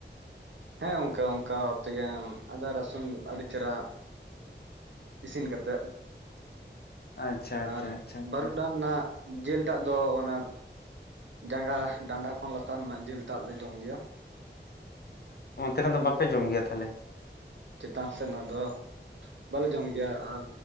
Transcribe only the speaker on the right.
ᱦᱮᱸ ᱚᱱᱠᱟ ᱚᱱᱠᱟ ᱵᱷᱟᱵ ᱛᱮᱜᱮ ᱟᱫᱟ ᱨᱟᱥᱩᱱ ᱟᱹᱰᱤ ᱪᱮᱦᱨᱟ ᱤᱥᱤᱱ ᱠᱟᱛᱮ
ᱟᱨ
ᱵᱟᱹᱨᱩᱰᱟᱝ ᱱᱟᱜ ᱡᱤᱞ ᱴᱟᱜ ᱫᱚ, ᱚᱱᱟ ᱡᱟᱸᱜᱟ ᱰᱟᱸᱰᱟ ᱠᱷᱚᱱ ᱞᱟᱛᱟᱨ ᱨᱮᱱᱟᱜ ᱡᱤᱞ ᱴᱟᱜ ᱞᱮ ᱡᱚᱢ ᱜᱮᱭᱟ᱾
ᱪᱮᱛᱟᱱ ᱥᱮᱫ ᱱᱟᱜ ᱫᱚ ᱵᱟᱞᱮ ᱡᱚᱢ ᱜᱮᱭᱟ ᱟᱨ